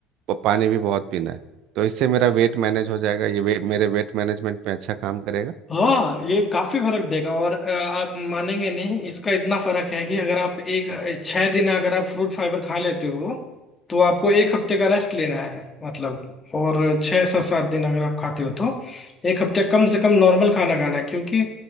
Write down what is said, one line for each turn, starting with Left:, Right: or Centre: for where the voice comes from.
Right: वो पानी भी बहुत पीना है तो इससे मेरा वेट मैनेज हो जाएगा ये वे, मेरे वेट मैनेजमेंट में अच्छा काम करेगा
Left: हाँ ये काफी फर्क देगा और अ, आप मानेंगे नहीं इसका इतना फर्क है कि अगर आप एक छह दिन अगर आप फ्रूट फाइबर खा लेते हो तो आपको एक हफ्ते का रेस्ट लेना है मतलब और छह से सात दिन अगर आप खाते हो तो एक हफ्ते कम से कम नॉर्मल खाना खाना है क्योंकि